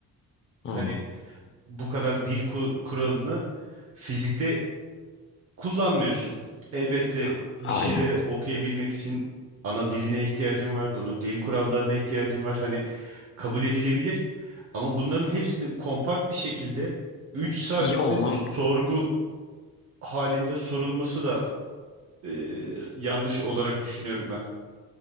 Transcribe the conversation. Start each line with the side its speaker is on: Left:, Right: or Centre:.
Left: Hı.
Right: hani bu kadar dil ku- kuralını fizikte kullanmıyorsun. Elbette
Left: Ya,
Right: bir
Left: Aynen.
Right: şeyleri okuyabilmek için ana diline ihtiyacın var. Bunun dil kurallarına ihtiyacın var. Hani kabul edilebilir. Ama bunların hepsini kompakt bir şekilde 3 saatte
Left: İyi olmam.
Right: sorgu halinde sorulması da e, yanlış olarak düşünüyorum ben.